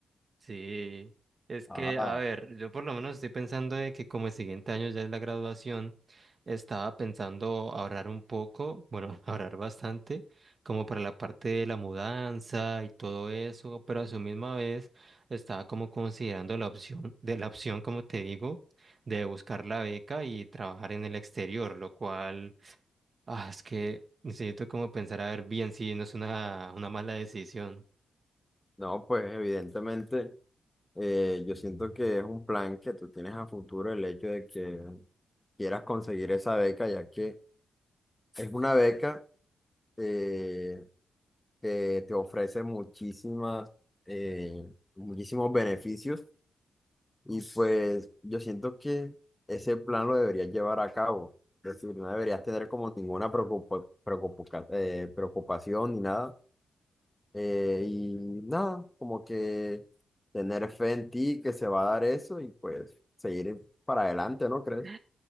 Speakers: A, on the right; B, on the left.
A: Sí, es
B: Ah,
A: que, a ver, yo por lo menos estoy pensando de que como el siguiente año ya es la graduación, estaba pensando ahorrar un poco, bueno, <laughs> ahorrar bastante, como para la parte de la mudanza y todo eso, pero a su misma vez estaba como considerando la opción, de la opción, como te digo, de buscar la beca y trabajar en el exterior, lo cual, ah, es que necesito como pensar a ver bien si no es una, una mala decisión.
B: no, pues evidentemente eh, yo siento que es un plan que tú tienes a futuro el hecho de que quieras conseguir esa beca, ya que es una beca eh, que te ofrece muchísimas, eh, muchísimos beneficios Y pues yo siento que ese plan lo deberías llevar a cabo. Es decir, no deberías tener como ninguna preocupa- preocupa- eh, preocupación ni nada. Eh, y nada, como que tener fe en ti que se va a dar eso y pues seguir para adelante, ¿no crees?
A: Ujú.